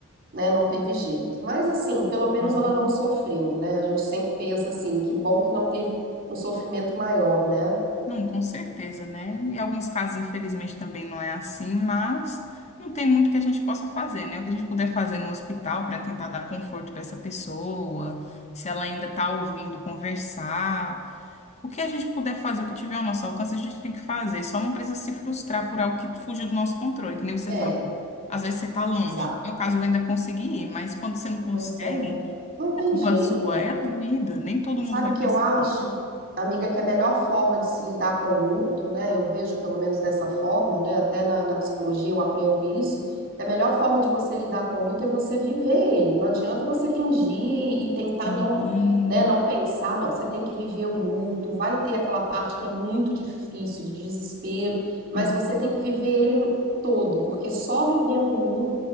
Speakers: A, on the right; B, on the left.
A: né? Não teve jeito. Mas assim, pelo menos
B: Uhum.
A: ela não sofreu, né? A gente sempre pensa assim, que bom que não teve um sofrimento maior, né?
B: Não, com certeza, né? Em alguns casos, infelizmente, também não é assim, mas não tem muito que a gente possa fazer, né? O que a gente puder fazer no hospital para tentar dar conforto para essa pessoa, se ela ainda está ouvindo, conversar. O que a gente puder fazer, o que tiver ao nosso alcance, a gente tem que fazer. Só não precisa se frustrar por algo que fugiu do nosso controle, que nem você
A: É,
B: falou. Às vezes você está longe.
A: exato.
B: No meu caso, eu ainda consegui ir, mas quando você não consegue,
A: Pois é, não tem
B: é culpa
A: jeito,
B: sua,
A: é.
B: é a vida. Nem todo
A: Sabe
B: mundo vai
A: o
B: conseguir,
A: que eu acho,
B: né?
A: amiga, que é a melhor forma de se lidar com o luto, né? Eu vejo pelo menos dessa forma, né? Até na, na psicologia eu aprendo isso, que a melhor forma de você lidar com o luto é você viver ele. Não adianta você fingir e tentar
B: Sim.
A: não, né, não pensar, não. Você tem que viver o luto, vai ter aquela parte que é muito difícil, de desespero, mas
B: Uhum.
A: você tem que viver ele todo, porque só vivendo o